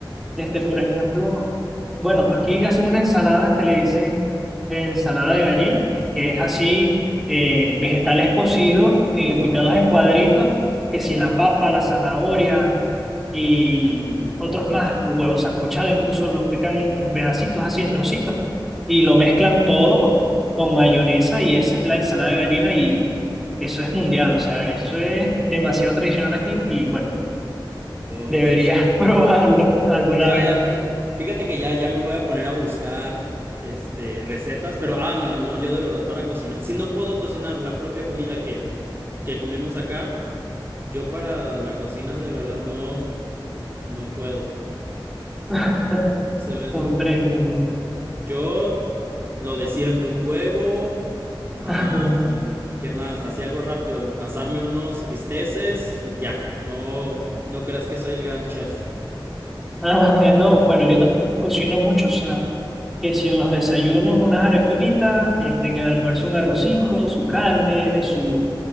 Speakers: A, in the centre; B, on the right (about 30°).
A: este, por ejemplo, bueno, aquí hacen una ensalada que le dicen ensalada de gallina, que es así, eh, vegetales cocidos, eh,
B: Ajá.
A: picados en cuadritos, que si la papa, la zanahoria y otros más, huevos sancochado, incluso lo pican en, en pedacitos, así en trocitos, y lo mezclan todo con mayonesa y esa es la ensalada de gallina y eso es mundial, o sea, eso es demasiado tradicional aquí y bueno.
B: O
A: Deberías
B: s-
A: <laughs> probarlo alguna
B: ya,
A: vez.
B: ya, ya- fíjate que ya, ya me voy a poner a buscar, este, recetas, pero, ah, no, no, yo de verdad para cocinar, si no puedo cocinar la propia comida que, que comemos acá, yo para la cocina de verdad no, no puedo.
A: <laughs>
B: Se me es
A: Comprende.
B: muy complicado.
A: comprende.
B: Yo, lo de siempre, un huevo, Ah,
A: <laughs>
B: ¿qué más? Así algo rápido, asarme unos bisteces y ya. No, no creas que soy el gran chef.
A: Ah, No, bueno, yo tampoco es que cocino mucho, o sea, que si en los desayunos unas arepitas, este, en el almuerzo un arrocito, su carne, su